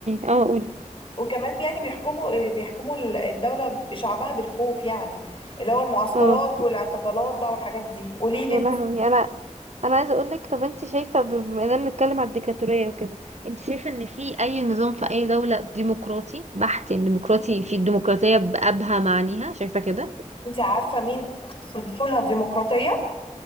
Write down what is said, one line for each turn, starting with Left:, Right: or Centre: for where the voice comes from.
Right: اه قولي
Left: وكمان يعني بيحكموا بيحكموا الدوله شعبها بالخوف يعني اللي هو المعسكرات
Right: اه
Left: والاعتقالات بقى والحاجات دي قولي لي
Right: يا
Left: انت
Right: لهوي انا انا عايزه اقول لك طب انت شايفه ب- بما اننا بنتكلم على الديكتاتوريه وكده انت شايفه ان في اي نظام في اي دوله ديمقراطي بحت يعني ديمقراطي في الديمقراطيه بابهى معانيها شايفه كده
Left: انت عارفه مين اكتر دوله ديمقراطيه